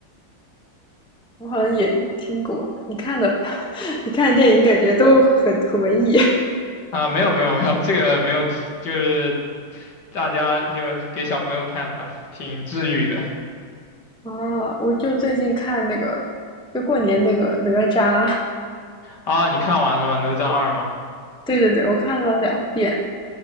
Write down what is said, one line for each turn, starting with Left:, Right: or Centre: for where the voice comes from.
Centre: 我好像也听过。你看的，<laughs> 你看的电影感觉都很很文艺
Left: 啊，没有没有没有，这个没有提，就是大家就给小朋友看的吧，挺治愈的
Centre: 啊。我就最近看那个，就过年那个哪吒，
Left: 啊。你看完了吗？哪吒二吗？
Centre: 对对对，我看了两遍。